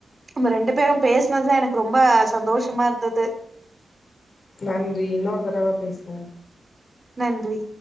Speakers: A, on the right; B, on the left.
A: நம்ம ரெண்டு பேரும் பேசனதுலா எனக் ரொம்ப சந்தோஷமா இருந்துது.
B: நன்றி இன்னொரு தடவ பேசுவோ.
A: நன்றி.